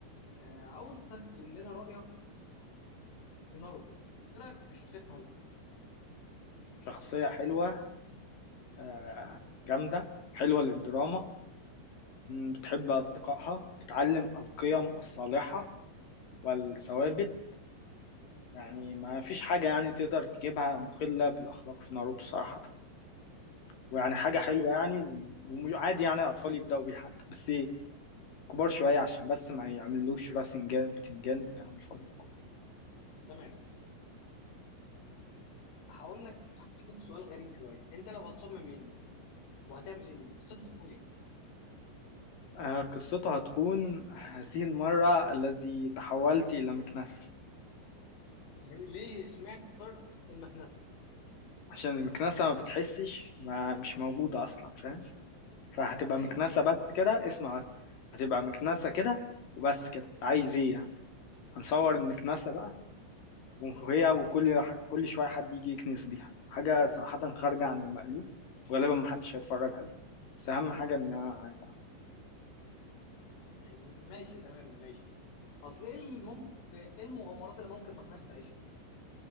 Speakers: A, on the left (about 75°); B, on the left (about 50°).
A: آه، عاوزك تقول لنا رأيك في ناروتو ايه رأيك في شخصية ناروتو
B: شخصية حلوة آه، جامدة حلوة للدراما م، بتحب أصدقائها بتعلم القيم الصالحة والثوابت يعني ما فيش حاجة يعني تقدر تجيبها مخلة بالأخلاق في ناروتو صراحة ويعني
A: تمام
B: حاجة حلوة يعني و- وعادي يعني الأطفال يبدأوا بيها حتى بس كبار شوية عشان بس ما يعملوش راسنجان بتنجان والكلام الفاضي ده كله
A: تمام هقول لك حاجة سؤال غريب شوية انت لو هتصمم انمي وهتعمل انمي قصته هتكون ايه
B: آه قصتها هتكون هذه المرة الذي تحولت إلى مكنسة
A: ليه ليه اسمها ستارت المكنسة
B: عشان المكنسة ما بتحسش ما مش موجودة أصلا فاهم فهتبقى
A: طب ماشي
B: مكنسة بس كده اسمع بس هتبقى مكنسة كده وبس كده عايز إيه يعني هنصور المكنسة بقى وهي وكل كل شوية حد يجي يكنس بيها حاجة صراحة خارجة عن المألوف وغالبا محدش هيتفرج عليها بس أهم حاجة إن أنا عايز أعمل
A: ماشي تمام ماشي اصل ايه اللي ممكن ايه المغامرات اللي ممكن مكنسة تعيشها